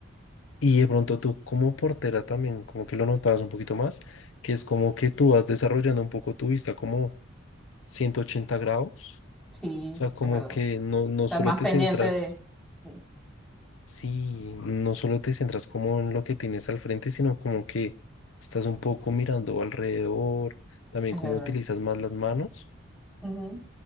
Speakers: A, on the left; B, in the centre.
A: y de pronto tú como portera también, como que lo notabas un poquito más, que es como que tú vas desarrollando un poco tu vista como 180 grados.
B: Sí,
A: O sea, como
B: es verdad.
A: que no, no
B: Estás
A: solo
B: más
A: te
B: pendiente
A: centras,
B: de... Sí,
A: sí, no solo te centras como en lo que tienes al frente, sino como que estás un poco mirando alrededor, también
B: es
A: como
B: verdad.
A: utilizas más las manos.
B: Ujú,